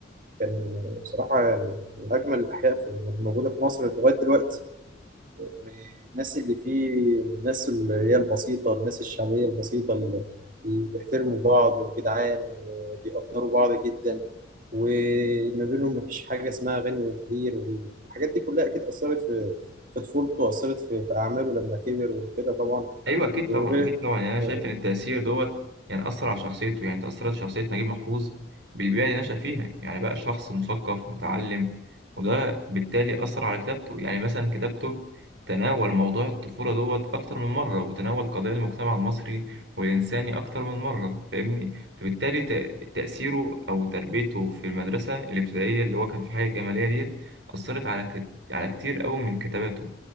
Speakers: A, on the right; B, on the right.
A: كان بصراحة يعني من أجمل الأحياء في- الموجودة في مصر لغاية دلوقتي والناس اللي فيه الناس اللي هي البسيطة الناس الشعبية البسيطة اللي اللي بيحترموا بعض وجدعان وبيقدروا بعض جدا وما بينهم مفيش حاجة اسمها غني وفقير والحاجات دي كلها أكيد أثرت في في طفولته وأثرت في, في أعماله لما كبر وكده طبعا
B: ايوه اكيد
A: وغير
B: طبعا اكيد طبعا يعني انا شايف
A: آه،
B: ان التاثير دوت يعني اثر على شخصيته يعني تاثرت شخصيه نجيب محفوظ بالبيئه اللي نشأ فيها يعني بقى شخص مثقف متعلم وده بالتالي اثر على كتابته يعني مثلا كتابته تناول موضوع الطفوله دوت اكتر من مره وتناول قضايا المجتمع المصري والانساني اكتر من مره فاهمني فبالتالي تأ- تاثيره او تربيته في المدرسه الابتدائيه اللي هو كان في حي الجماليه ديت اثرت على كت... على كتير قوي من كتاباته